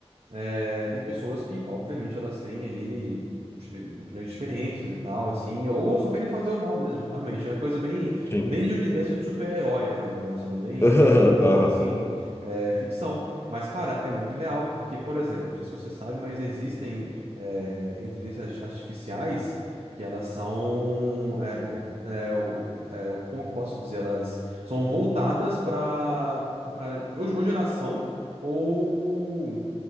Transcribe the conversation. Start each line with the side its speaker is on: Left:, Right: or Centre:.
Right: é, tem pessoas que, obviamente, elas têm ali eh, opiniões diferentes e tal, assim, ou só querem fazer o mal mesmo, realmente. É coisa bem,
Left: Sim.
Right: bem de universo de super-herói, né? O negócio ali, bem,
Left: <laughs> Aham,
Right: bem, pô, assim, é, ficção. Mas, cara, é muito real, porque, por exemplo, não sei se você sabe, mas existem é, inteligências artificiais. Que elas são. é, é, é, o- é, o- como que eu posso dizer? Elas são voltadas para. para, Ou, ou geração, ou